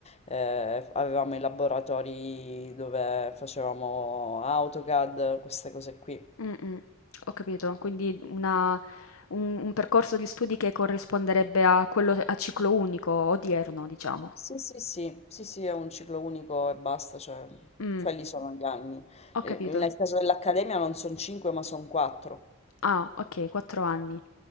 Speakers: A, on the left; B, on the left.
A: ehm, avevamo i laboratori dove facevamo AutoCAD, queste cose qui.
B: Mh-mh, ho capito. Quindi una un un percorso di studi che corrisponderebbe a quello a ciclo unico odierno, diciamo.
A: Sì, sì, sì, sì, sì, è un ciclo unico e basta, cioè
B: Mh,
A: quelli sono gli anni.
B: ho
A: Eh,
B: capito.
A: Nel caso dell'Accademia non sono 5 ma sono 4.
B: Ah, okay, 4 anni.